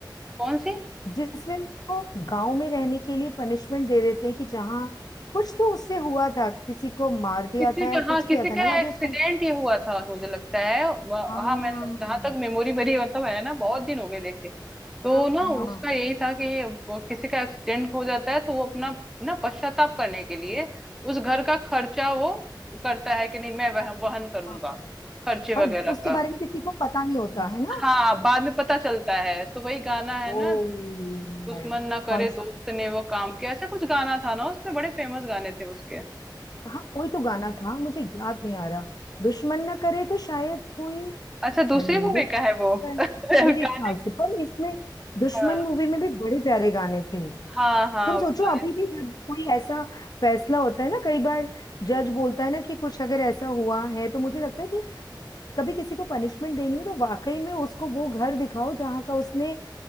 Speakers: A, in the centre; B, on the left.
A: कौन सी
B: जिसमें उसको गांव में रहने के लिए पनिशमेंट दे देते हैं कि जहाँ कुछ तो उससे हुआ था किसी को मार दिया
A: किसी
B: था
A: का
B: या कुछ
A: हाँ
B: किया
A: किसी
B: था
A: का
B: ना राजेश
A: एक्सीडेंट
B: खन्ना
A: ही हुआ था मुझे लगता है व-
B: हाँ
A: हाँ मैं जहां तक मेमोरी मेरी मतलब है ना बहुत दिन हो गए देखे तो
B: हाँ
A: ना
B: हाँ
A: उसका यही था कि वो किसी का एक्सीडेंट हो जाता है तो वो अपना ना पश्चाताप करने के लिए उस घर का खर्चा वो करता है कि नहीं मैं वह, वहन करूंगा
B: हाँ।
A: खर्चे
B: और
A: वगैरह
B: उसके
A: का
B: बारे में किसी को पता नहीं होता है ना
A: हाँ बाद में पता चलता है तो वही गाना है
B: ओ
A: ना दुश्मन
B: है।
A: ना करे
B: कौन सा
A: दोस्त ने वो काम किया ऐसा कुछ गाना था ना उसमें बड़े फेमस गाने थे उसके
B: हाँ कोई तो गाना था मुझे याद नहीं आ रहा दुश्मन न करे तो शायद कोई
A: अच्छा दूसरी
B: धर्मेंद्र
A: मूवी
B: की
A: का है वो <laughs>
B: है,
A: गा-
B: मेरे ख्याल से पर इसमें दुश्मन
A: हाँ
B: मूवी में भी बड़े प्यारे गाने थे
A: हाँ हाँ
B: तुम सोचो
A: वो गाना-
B: अभी भी जब कोई ऐसा फैसला होता है ना कई बार
A: हम्म,
B: जज बोलता है ना कि कुछ अगर ऐसा हुआ है तो मुझे लगता है कि कभी किसी को पनिशमेंट देनी हो तो वाकई में उसको वो घर दिखाओ जहाँ का उसने